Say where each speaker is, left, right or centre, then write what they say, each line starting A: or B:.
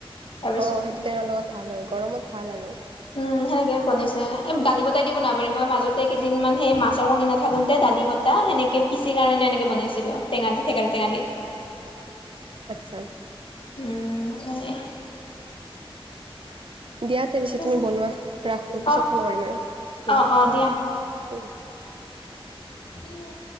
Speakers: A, on the left; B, on the right.
A: তাৰপিছত
B: অ' সেইটো টেঙাৰ লগত ভাল হয়, গৰমত ভাল আৰু।
A: উম, সেনেকে বনাইছে। এই দালি বটাই দি বনাব পাৰি। মই মাজতে কেইদিনমান সেই মাছৰ কণী নাথাকোঁতে দালি বতা সেনেকে পিচি কাৰণে এনেকে বনাইছিলোঁ। টেঙা দি, থেকেৰা টেঙা দি।
B: আচ্ছা।
A: উম, সেয়ে।
B: দিয়া তে পিছে।
A: দিয়া।
B: তুমি বনোৱা। ৰাখোঁ। পিছত
A: অ',
B: ফোন কৰিম আৰু। উম,
A: অ', অ', দিয়া।
B: উম। <inaudible>
A: স